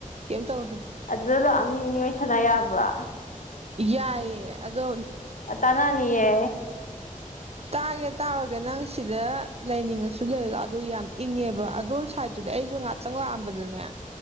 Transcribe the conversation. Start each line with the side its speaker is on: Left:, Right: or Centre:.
Right: ꯀꯩꯝ ꯇꯧꯗꯦ
Left: ꯑꯗꯨꯗ ꯂꯥꯛꯑꯃꯤ ꯑꯅꯤ ꯑꯣꯏ ꯁꯥꯟꯅ ꯌꯥꯕ꯭ꯔꯥ
Right: ꯌꯥꯏꯑꯌꯦ ꯑꯗꯣ
Left: ꯑ ꯇꯅꯥꯅꯤꯌꯦ
Right: ꯇꯥꯒꯦ ꯇꯥꯔꯒꯦ ꯅꯪ ꯁꯤꯗ ꯂꯩꯅꯤꯡꯉꯁꯨ ꯂꯩꯔꯗꯣ ꯑꯗꯨ ꯌꯥꯝ ꯏꯪꯉꯦꯕ ꯑꯗꯣ ꯁꯥꯏꯠꯇꯨꯗꯤ ꯑꯩꯁꯨ ꯉꯍꯥꯛꯇꯪ ꯂꯥꯛꯑꯝꯕꯗꯅꯦ